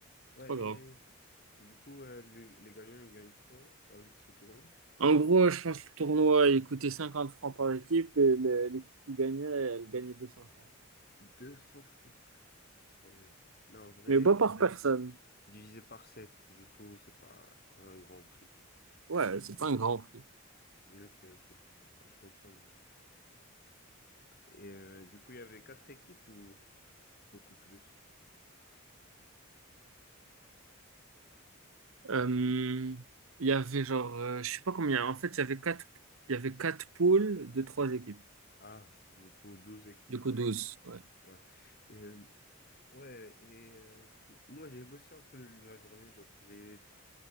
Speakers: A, on the left; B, on the right.
A: Ouais,
B: c'est pas grave.
A: et, et du coup, euh, le- les gagnants, ils gagnent quoi avec ce tournoi?
B: En gros, je pense que le tournoi, il coûtait 50 francs par équipe et le- l'équipe qui gagnait, elle gagnait 200 francs.
A: deux cents francs. Oui. Non, en vrai,
B: Mais pas par
A: divi-
B: personne.
A: divisé par 7 du coup, c'est pas un grand prix.
B: Ouais, c'est pas un grand prix.
A: Ok, ok. Ah, je comprends mieux. Et euh, du coup, il y avait quatre équipes ou beaucoup plus?
B: Euh, il y avait genre, euh, je sais pas combien. En fait, il y avait quatre, il y avait quatre poules de trois équipes.
A: Ah, du coup, 12 équipes.
B: Du coup, 12. Ouais.
A: Ouais. Euh, ouais, et euh, moi, j'ai bossé un peu la journée. genre, j'ai,